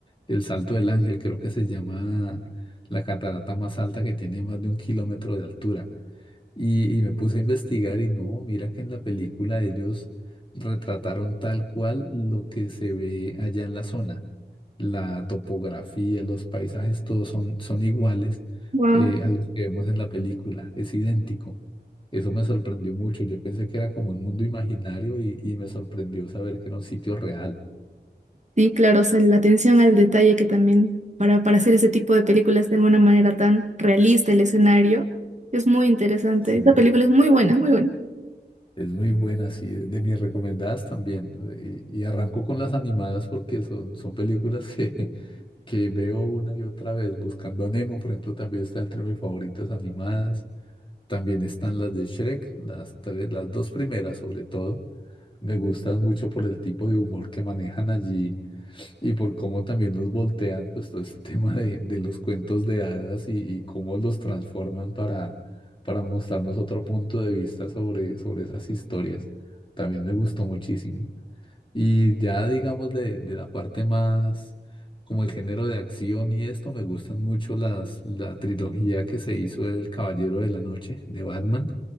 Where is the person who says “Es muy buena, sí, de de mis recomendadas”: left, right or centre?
Left